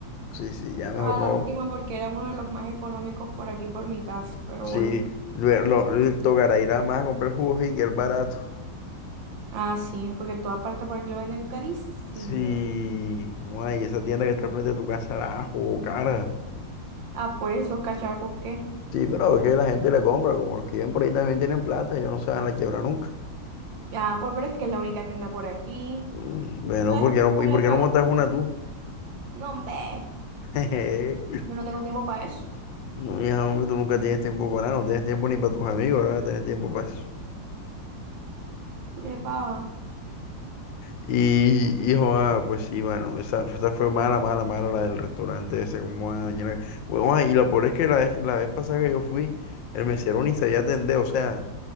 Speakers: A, on the left; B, on the right.
A: Sí, sí, ya mejor
B: Ah,
A: no.
B: lástima porque era uno de los más económicos por aquí, por mi casa, pero
A: Sí,
B: bueno.
A: lo, lo- lo- tocará ir a más a comprar jugos y que es barato.
B: Ah, sí, porque en todas partes por aquí lo venden carísimo.
A: Sí, no, y esa tienda que está al frente de tu casa era jugo cara.
B: Ah, pues, esos cachacos, ¿qué?
A: Sí, pero es que la gente le compra, como los que viven por ahí también tienen plata, ellos no se van a la quiebra nunca.
B: Ah, pues, pero es que es la única tienda por aquí.
A: Mm, Bueno,
B: ¿Sabes?
A: ¿por qué no,
B: Pura
A: y por qué
B: pa-
A: no montas una tú?
B: No, hombre.
A: <laughs> Jeje.
B: Yo no tengo tiempo para eso.
A: No, hija, hombre, tú nunca tienes tiempo para nada, no tienes tiempo ni para tus amigos, ahora vas a tener tiempo para eso.
B: Pura pa-
A: Y, y joda, pues sí, bueno, esa, esa fue mala, mala, mala la del restaurante ese, como van a dañar la- Hue- joda, y lo peor es que la vez, la vez pasada que yo fui, el mesero ni sabía atender, o sea,